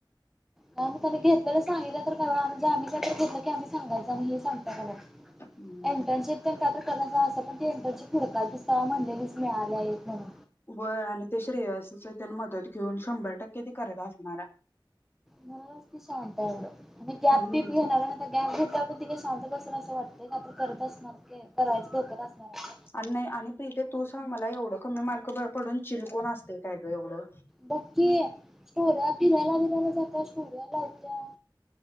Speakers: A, in the centre; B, on the left.
A: का मग त मी घेतलेलं सांगितलं तर का आम्हीच्या घेतलं की आम्ही सांगायच नाही हे सांगता का मला
B: हम्म
A: एंटर्नशिप त्या क पण ती एंटर्नशिप घड दिस स म्हणलेलीच मिळाल्या आहेत म्ह
B: व आणि ते श्रेयसच त्यांना मदत घेऊन शंभर टक्के त करत असणार आहे
A: मला जास्ती सांगत एवढं, मी गॅप
B: हम्म
A: बीप घेणारे. सगळ्यां घेता पण ति काई शांत बसन असं वाटतं नाही, काही तर करत असणार के, करायचं डोक्यात असणारे.
B: आणि नाही, आणि प्रीते तू सांग मला, एवढं कमी मार्क पडून चिल कोन असतय, काय ग एवढं.
A: बघकीे स्टोर्या फिरायला बिरायला जात्या, स्टोर्या लावत्या.